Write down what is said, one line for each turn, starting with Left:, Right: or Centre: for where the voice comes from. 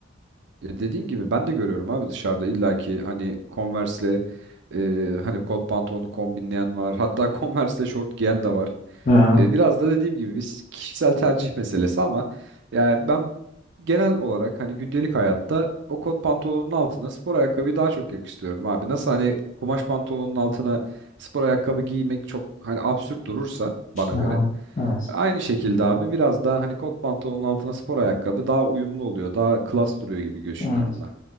Right: Ya dediğin gibi ben de görüyorum abi dışarıda illaki hani Converse'le e, hani kot pantolonu kombinleyen var. Hatta <laughs> Converse'le şort giyen de var.
Left: Aha,
Right: E, Biraz da dediğim gibi biz kişisel tercih meselesi ama yani ben genel olarak hani gündelik hayatta o kot pantolonun altına spor ayakkabıyı daha çok yakıştırıyorum abi. Nasıl hani kumaş pantolonun altına spor ayakkabı giymek çok hani absürt durursa bana göre.
Left: aha, evet,
Right: Aynı şekilde abi biraz daha hani kot pantolonun altına spor ayakkabı daha uyumlu oluyor. Daha klas duruyor gibi düşünüyorum
Left: evet.
Right: ben.